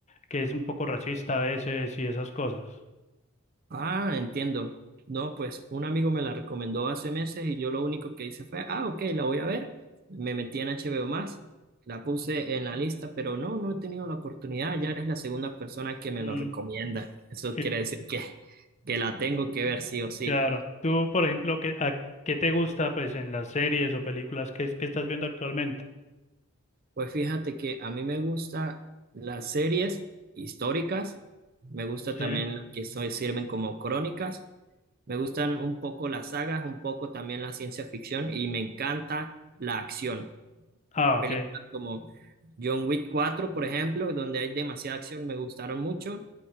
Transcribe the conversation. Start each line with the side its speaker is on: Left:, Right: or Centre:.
Left: que es un poco racista a veces y esas cosas.
Right: Ah, entiendo. No, pues un amigo me la recomendó hace meses y yo lo único que hice fue, ah, ok, la voy a ver. Me metí en HBO Max, la puse en la lista, pero no, no he tenido la oportunidad. Ya eres la segunda persona que me
Left: Mm,
Right: lo recomienda. Eso
Left: que-
Right: quiere decir que, que la tengo que ver sí o sí.
Left: claro. Tú, por ejemplo, ¿qué, a- qué te gusta pues en las series o películas que, es- que estás viendo actualmente?
Right: Pues fíjate que a mí me gustan las series históricas, me gusta
Left: ¿Sí?
Right: también las que so- sirven como crónicas Me gustan un poco las sagas, un poco también la ciencia ficción y me encanta la acción.
Left: Ah, ok.
Right: Películas como John Wick 4, por ejemplo, donde hay demasiada acción, me gustaron mucho.